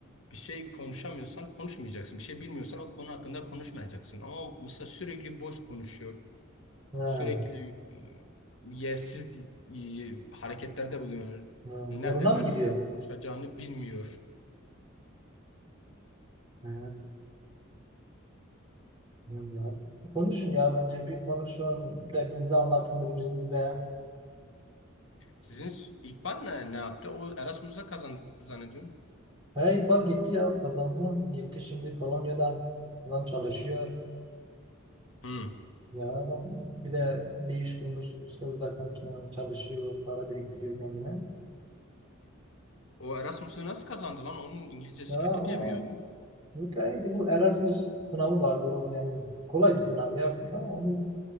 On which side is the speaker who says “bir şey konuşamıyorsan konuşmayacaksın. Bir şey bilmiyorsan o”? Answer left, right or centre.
Left